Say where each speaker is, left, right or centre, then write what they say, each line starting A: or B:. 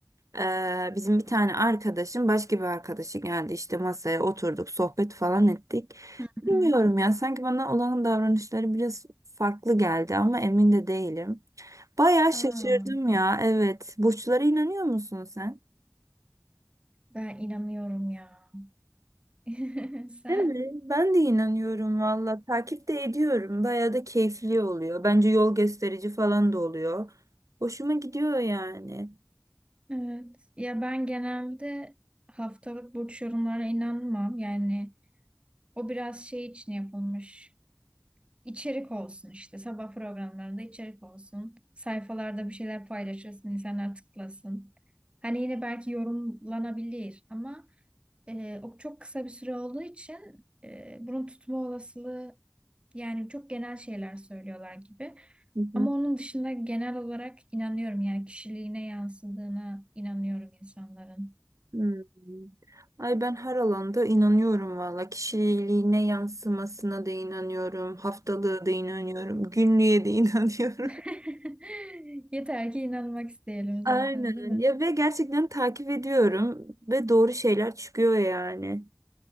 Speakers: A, on the right; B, on the right.
A: Ee, bizim bir tane arkadaşım başka bir arkadaşı geldi işte masaya oturduk sohbet falan ettik.
B: Hı
A: Bilmiyorum
B: hı.
A: ya sanki bana olan davranışları biraz farklı geldi ama emin de değilim. Bayağı şaşırdım
B: aa,
A: ya evet. Burçlara inanıyor musun sen?
B: ben inanıyorum ya. <laughs> Sen?
A: Değil mi? Ben de inanıyorum valla. Takip de ediyorum. Bayağı da keyifli oluyor. Bence yol gösterici falan da oluyor. Hoşuma gidiyor yani.
B: Evet. Ya ben genelde haftalık burç yorumlara inanmam. Yani o biraz şey için yapılmış. İçerik olsun işte. Sabah programlarında içerik olsun. Sayfalarda bir şeyler paylaşırsın, insanlar tıklasın. Hani yine belki yorumlanabilir ama e, o çok kısa bir süre olduğu için e, bunun tutma olasılığı Yani çok genel şeyler söylüyorlar gibi.
A: Hı hı.
B: Ama onun dışında genel olarak inanıyorum yani kişiliğine yansıdığına inanıyorum insanların.
A: Hmm. Ay ben her alanda inanıyorum valla. Kişiliğine yansımasına da inanıyorum. Haftalığı da inanıyorum. Günlüğe de <laughs> inanıyorum.
B: <laughs> Yeter ki inanmak isteyelim zaten,
A: Aynen.
B: değil mi?
A: Ya ve gerçekten takip ediyorum ve doğru şeyler çıkıyor yani.